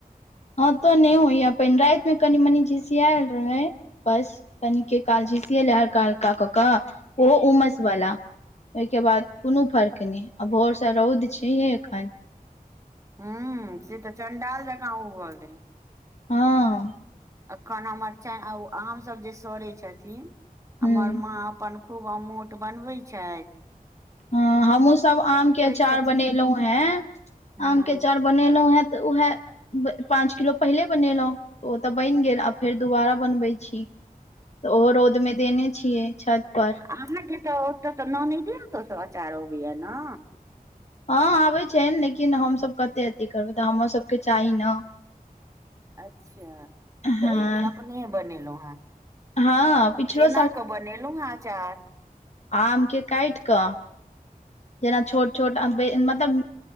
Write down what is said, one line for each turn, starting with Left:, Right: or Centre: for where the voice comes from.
Left: हँ तो नहि होइ पानि राति में कनि मनी झीसयाल रहै बेस कनिके कालझिसीयैल हलका हलका कऽ कऽ ओहो उमस वाला ओहिके बाद कोनो फर्क नहि आ भोर से रौद छैहे एखन
Right: हू से तऽ चंडाल जकाँ उगल रहे
Left: हँ
Right: <unintelligible> कना मरचार्ई हमर ओ आम सब जे सड़े छलखीन हमर
Left: हूँ
Right: माँ अपन खूब अमूट बनबै छै।
Left: हँ, हमू सभ आमके अचार
Right: छथिन
Left: बनेलौ है
Right: हँ
Left: आमके अचार बनेलौ है, तऽ उहै पाँच किलो पहिले बनेलौ, ओ तऽ बनि गेल आ फेर दोबारा बनबैत छी तऽ उहरौदमे देने छियै छत पर
Right: आहाँकेँ तऽ ओतऽ तऽ ननद‌ई अचार अबैया ने
Left: हँ, आबै छैन। लेकिन हमसभ कते अथि करबै तऽ हमर सभके चाही ने
Right: अच्छा,
Left: हँ
Right: तऽ एहि बेर अपने बनेलहुँ हे।
Left: हँ पिछलो
Right: केना कऽ बनेलू हैं चार
Left: आमके काटि कऽ जेना छोट छोट आ मतलब